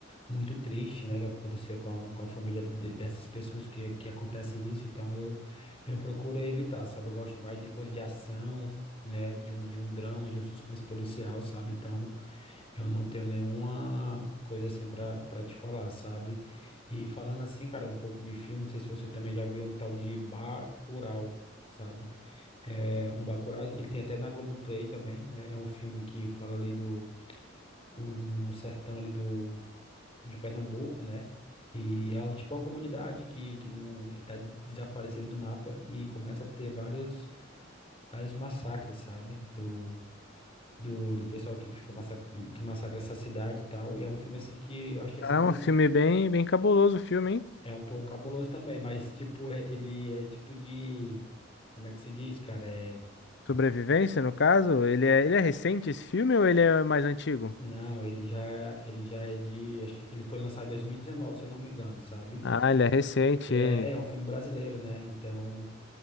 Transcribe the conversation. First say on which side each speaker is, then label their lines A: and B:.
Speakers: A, on the left; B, on the left.
A: muito triste, né, que aconteceu com a, com a família de- dessas pessoas que, que acontecem isso, então eu, eu procuro evitar, sabe? Eu gosto mais de coisa de ação, né, de um, de um drama, de um suspense policial, sabe? Então eu não tenho nenhuma coisa assim pra para te falar, sabe? E falando assim, cara, um pouco de filme, não sei se você também já viu um tal de Bacurau. Sabe? É, um Bacurau, ele tem até na Globoplay também, né? É um filme que fala ali do, o- no, no sertão ali do, de Pernambuco, né? E é algo tipo uma comunidade que, que não tá desaparecida do mapa e começa a ter vários, vários massacres, sabe? Do, do, do pessoal que fica massacra, que massacra essa cidade e tal. E é um filme assim que eu achei assim,
B: É
A: mas
B: um filme bem, bem cabuloso o filme, hein?
A: é um pouco cabuloso também, mas tipo, é- ele é tipo de. Como é que se diz, cara? É.
B: Sobrevivência, no caso? Ele é, ele é recente esse filme ou ele é mais antigo?
A: Não, ele já, ele já é de, acho que ele foi lançado em 2019, se eu não me engano, sabe?
B: Ah, ele é recente,
A: E É,
B: ele.
A: é um filme brasileiro, né? Então,